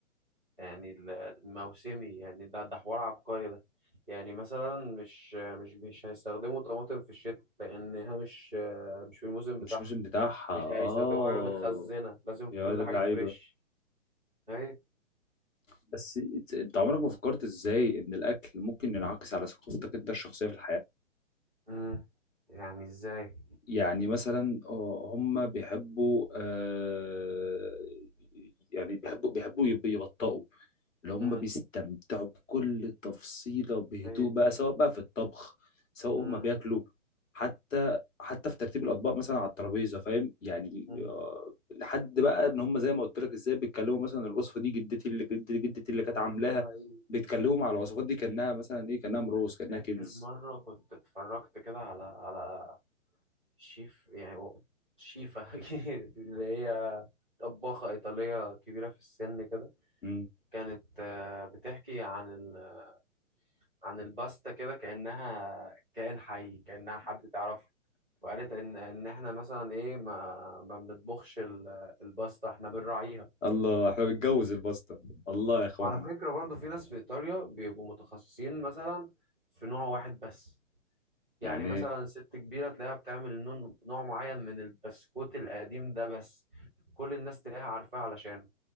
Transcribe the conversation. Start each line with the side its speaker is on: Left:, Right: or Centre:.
Centre: يعني ال- الموسمي يعني ده ده حوار عبقري ده يعني مثلا مش آه، مش مش هيستخدموا طماطم في الشتاء لأنها مش آه، مش في الموسم
Left: مش
Centre: بتاعها
Left: موسم بتاعها
Centre: مش
Left: اه
Centre: هيستخدموا حاجة متخزنة لازم كل
Left: يا واد اللعيبة
Centre: حاجة فريش أيوة.
Left: بس انت عمرك ما فكرت ازاي ان الاكل ممكن ينعكس على ثقافتك انت الشخصيه في الحياه
Centre: مم. يعني ازاي
Left: يعني مثلا آه، هم بيحبوا آه، يعني بيحبوا بيحبوا يب- يبطئوا اللي هم
Centre: مم.
Left: بيستمتعوا بكل تفصيلة بهدوء
Centre: ايوه
Left: بقى سواء بقى في الطبخ سواء
Centre: مم.
Left: هم بياكلوا حتى حتى في ترتيب الأطباق مثلا على الترابيزة فاهم يعني
Centre: مم.
Left: آه، لحد بقى إن هم زي ما قلت لك إزاي بيتكلموا مثلا الوصفة دي جدتي اللي جد- جدتي اللي كانت
Centre: مم.
Left: عاملاها
Centre: ده حقيقي
Left: بيتكلموا مع الوصفات دي كأنها مثلا إيه كأنها مروز
Centre: انا
Left: كأنها
Centre: فاكر
Left: كنز
Centre: مره كنت اتفرجت كده على على شيف يعني و- شيفه <laughs> اللي هي طباخه ايطاليه كبيره في السن كده
Left: <laughs>
Centre: كانت آه، بتحكي عن ال... عن الباستا كده كانها كائن حي كانها حد تعرفه وقالت ان ان احنا مثلا ايه ما ما بنطبخش ال- الباستا احنا بنراعيها
Left: الله احنا بنتجوز الباستا الله يا اخوانا
Centre: وعلى فكرة برضو في ناس في إيطاليا بيبقوا متخصصين مثلا في نوع واحد بس يعني
Left: يعني
Centre: مثلا ست كبيرة تلاقيها بتعمل نوع نوع معين من البسكوت القديم ده بس كل الناس تلاقيها عارفاه علشانه